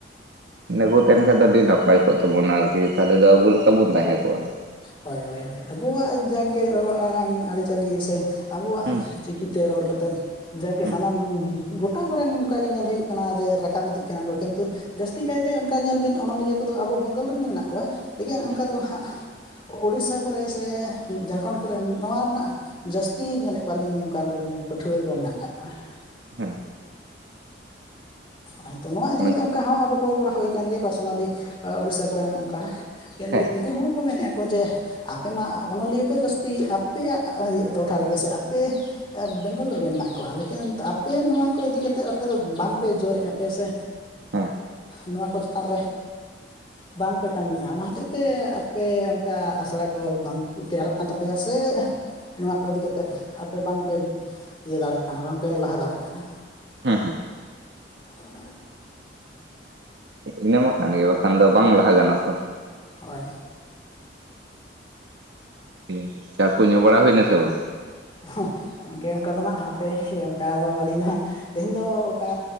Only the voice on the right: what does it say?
ᱤᱱᱟᱹ ᱠᱚ ᱛᱟᱦᱮᱱ ᱠᱷᱟᱡ ᱫᱚ ᱟᱹᱰᱤ ᱱᱟᱯᱟᱭ ᱠᱚᱜ ᱛᱟᱵᱚᱱᱟ, ᱟᱨᱠᱤ ᱛᱟᱦᱚᱞᱮ ᱫᱚ ᱟᱵᱚ ᱞᱮᱠᱟ ᱵᱚᱱ ᱛᱟᱦᱮᱸ ᱠᱚᱜᱼᱟ ᱾
ᱦᱩᱸ
ᱦᱩᱸ
ᱦᱩᱸ
ᱦᱮᱸ
ᱢᱮᱱᱠᱷᱟᱱ
ᱦᱮᱸ
ᱦᱮᱸ
ᱦᱮᱸ
ᱤᱱᱟᱹᱢᱟ ᱟᱠᱟᱱ ᱜᱮ ᱵᱟᱠᱷᱟᱱ ᱫᱚ ᱵᱟᱝ ᱞᱟᱦᱟ ᱜᱟᱱᱚᱜᱼᱟ ᱛᱷᱚ ᱾
ᱴᱷᱤᱠ ᱪᱟ ᱠᱚ ᱧᱩᱚᱜ ᱵᱟᱲᱟ ᱦᱩᱭᱱᱟ ᱥᱮ ᱵᱟᱝ?